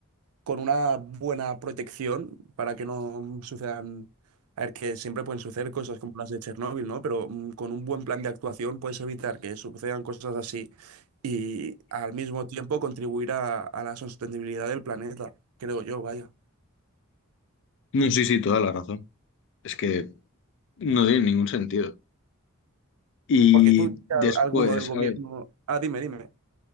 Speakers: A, on the right; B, on the left.
A: con una buena protección para que no sucedan, a ver, que siempre pueden suceder cosas como las de Chernóbil, ¿no? Pero mm, con un buen plan de actuación puedes evitar que sucedan cosas así y al mismo tiempo contribuir a, a la sostenibilidad del planeta, creo yo, vaya.
B: No, sí, sí, toda la razón. Es que no tiene ningún sentido. Y
A: Porque tú, al-
B: después,
A: alguno del gobierno...
B: a ver,
A: Ah, dime, dime.